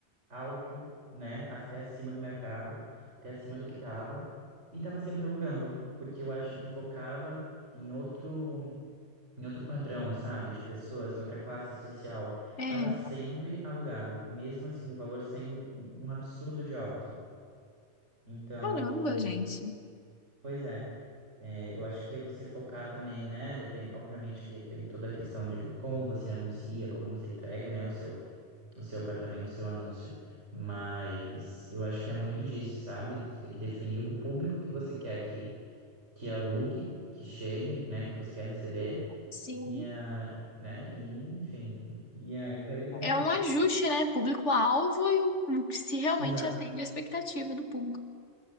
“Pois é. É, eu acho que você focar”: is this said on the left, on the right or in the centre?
Right